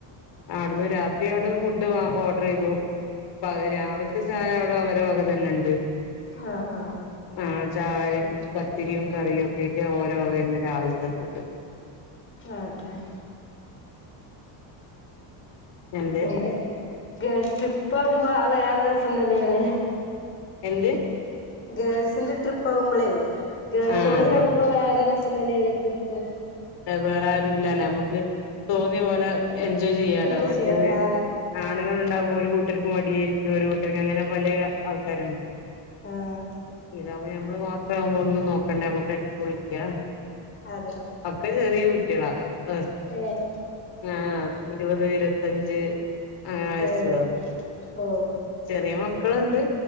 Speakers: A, on the left (about 65°); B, on the left (about 25°).
A: അവിട്ന്ന് രാത്രി അവിടുന്ന് ഫുഡ് ഓർഡർ ചെയ്തു. രാവിൽത്തെ ചായ അവിടെ അവരെ വക തന്നെ ഇണ്ട്.
B: ആ ആ
A: ആ ചായ പത്തിരിയും കറിയും ഒക്കെ ഓലേ വകെന്നെ രാവിൽത്തെ ഫുഡ്
B: അതെ <inaudible>
A: എന്ത്
B: അങ്ങനെ ഗേൾസ് ട്രിപ്പ് ആകുമ്പോ വേറെ രസം തന്നെയാണ്.
A: എന്ത്?
B: ഗേൾസിന്റെ ട്രിപ്പ് ആകുമ്പോളേ ഗേൾസ്
A: ആഹ്
B: ഓൺലി
A: അതെ
B: ആവുമ്പോ വേറെ രസം തന്നെയാണ് ട്രിപ്പ്.
A: വേറാരും ഇല്ലാലോ നമുക്ക് തോന്നിയപോലെ എൻജോയ് ചെയ്യാലോ
B: എന്ത്
A: മറ്റേത്
B: ചെയ്യാ ആ
A: ആണുങ്ങൾ ഉണ്ടാവുമ്പോൾ ഒരു കൂട്ടർക്ക് മടിയായിരിക്കും ഒരു കൂട്ടർക്ക് അങ്ങനെ പല ആൾക്കാരുണ്ട്.
B: ആഹ്
A: ഇതാവുമ്പോ ഞമ്മള് മാത്രമാകുമ്പോൾ നമ്മൾ ഒന്നും നോക്കണ്ടേ നമ്മക്ക് അടിച്ചു പൊളിക്കാം.
B: അതെ.
A: ഒക്കെ ചെറിയ കുട്ടികളാ <unintelligible>
B: ഏഹ്
A: ആഹ് ഇരുപത് ഇരുപത്തഞ്ച് അങ്ങനെ വയസ്സുള്ളതാ.
B: ഓ ഓ
A: ചെറിയ മക്കളുണ്ട്